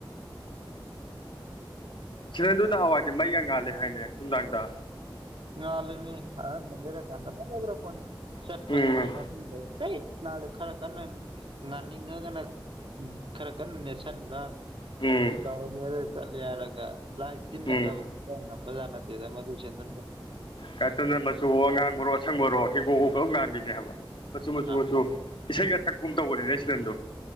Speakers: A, on the left; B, on the right.
A: ꯁꯤꯅꯟꯗꯨꯅ ꯍꯋꯥꯏꯗꯤ ꯃꯩꯒ ꯉꯥꯜꯂꯦ ꯍꯥꯏꯅꯦ ꯅꯨꯡꯗꯥꯡꯗ
B: ꯉꯂꯃꯤ ꯑꯍꯥꯟꯕ ꯂꯩꯔꯀꯀꯟꯗ ꯐꯣꯖꯈꯔ꯭ꯖꯈꯔ꯭ꯕꯥꯄꯣꯠꯅꯤ ꯆꯠꯄꯗ
A: ꯎꯝ
B: ꯃꯤ ꯅꯊꯨꯕ ꯇꯤꯛ ꯅꯥꯗ ꯈꯔ ꯀꯟꯅ ꯉꯥꯅꯤꯡꯉꯒꯅ ꯈꯔ ꯀꯟꯅ ꯅꯦꯠꯁꯤꯟꯕ
A: ꯎꯝ
B: ꯇꯔ ꯆ ꯌꯥꯔꯒ ꯂꯥꯏ ꯇꯤꯟꯒ
A: ꯎꯝ
B: ꯃꯖꯥꯅ ꯂꯩꯇꯦ ꯃꯗꯨ ꯁꯦꯟꯗꯟꯗꯨ
A: ꯀꯇꯗ ꯃꯆꯨ ꯑꯉꯥꯡꯕꯔꯣ ꯑꯁꯪꯕꯔꯣ ꯍꯤꯡꯒꯣꯛꯎ ꯀꯔꯝ ꯉꯥꯟꯕꯤꯅꯦ ꯍꯥꯏꯕ ꯃꯆꯨ ꯃꯆꯨ
B: ꯑꯥ
A: ꯃꯆꯨ ꯏꯁꯩꯒ ꯁꯛꯄ ꯑꯃ ꯇꯧꯕꯅꯤꯅꯦ ꯁꯤꯔꯟꯗꯣ